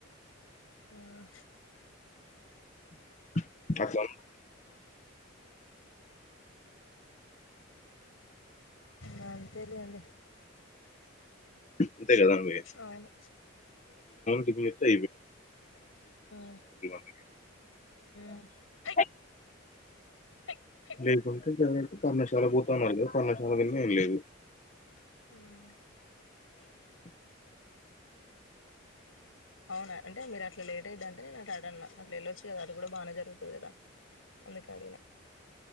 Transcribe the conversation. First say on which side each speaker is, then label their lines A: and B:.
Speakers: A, on the left (about 80°); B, on the left (about 35°).
A: మ్మ్
B: <inaudible>
A: ఆ అంతేలెండి
B: అంతే కదండీ
A: అవును
B: టిఫిన్
A: ఉమ్
B: <unintelligible> అయిపో
A: ఉమ్ హై
B: <unintelligible>
A: హై హై
B: లేకుంటే జరంటే పర్ణశాల పోతామ పర్ణశాల <inaudible> లేదు
A: ఉమ్ అవునా అంటే మీరు అట్లా లేదు అంటే ఇదంటే నేను అట్ అడ అట్లా వెళ్ళొచ్చిన వాళ్ళకి కూడా బానే జరుగుతాదట అందుకని